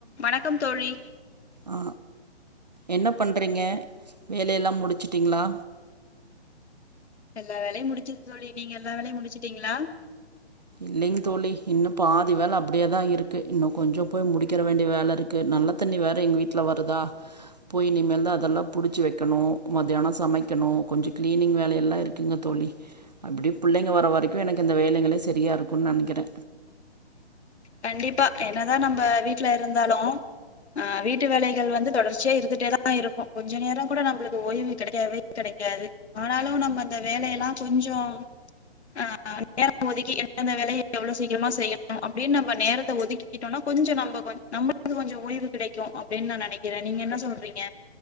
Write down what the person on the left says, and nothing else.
வணக்கம் தோழி
எல்லா வேலையும் முடிஞ்சி தோழி நீங்க எல்லா வேலையும் முடிச்சிட்டீங்ளா
கண்டிப்பா என்னதா நம்ப வீட்டுல ருந்தாலும் அ வீட்டு வேலைகள் வந்து தொடர்ச்சியா இருந்துட்டேதா இருக்கும் கொஞ்ச நேரம் கூட நம்பளுக்கு ஓய்வு கெடைக்கவே கெடைக்காது ஆனாலும் நம்ம அந்த வேலை எல்லாம் கொஞ்சம் ஆஹ் நேரம் ஒதுக்கி எந்தந்த வேலைய் எவ்ளோ சீக்கிரமா செய்யணும் அப் அப்டின் நம்ம நேரத்த ஒதுக்கிக்கிட்டோனா கொஞ்ச நம்பகொஞ் நம்மளுக்கு கொஞ்ச ஓய்வு கிடைக்கு அப்படின்னு நான் நினைக்கிறே நீங்க என்ன சொல்றீங்க